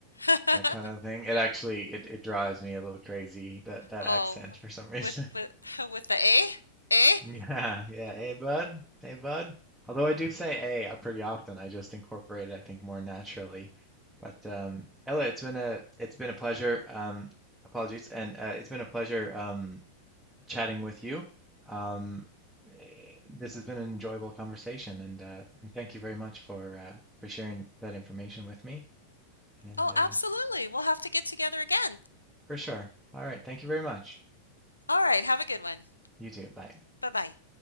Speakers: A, on the left (about 80°); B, in the centre.
A: <laughs>
B: That kind of thing. It actually it, it drives me a little crazy that that
A: Oh,
B: accent for some <laughs> reason.
A: with with <laughs> with the A? A?
B: Yeah, yeah. Hey, bud. Hey, bud. Although I do say hey uh, pretty often, I just incorporate it, I think, more naturally. But um, Ella, it's been a it's been a pleasure. Um, apologies, and uh, it's been a pleasure um, chatting with you. Um, eh, this has been an enjoyable conversation, and, uh, and thank you very much for uh, for sharing that information with me. And
A: Oh,
B: uh,
A: absolutely. We'll have to get together again.
B: for sure. All right. Thank you very much.
A: All right, have a good one.
B: You too. Bye.
A: Bye-bye.